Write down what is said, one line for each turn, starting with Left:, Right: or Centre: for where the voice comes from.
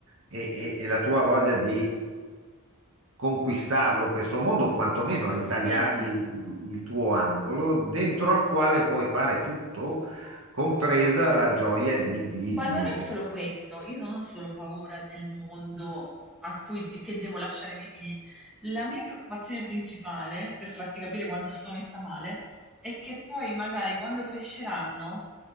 Right: e, e- e la tua voglia di conquistarlo questo mondo, o quantomeno ritagliarti
Centre: Sì.
Right: il tuo angolo, dentro al quale puoi fare tutto, compresa la gioia di... di,
Centre: Ma
Right: di...
Centre: non è solo questo, io non ho solo paura del mondo a cui che devo lasciare i miei figli. La mia preoccupazione principale, per farti capire quanto sto messa male, è che poi magari quando cresceranno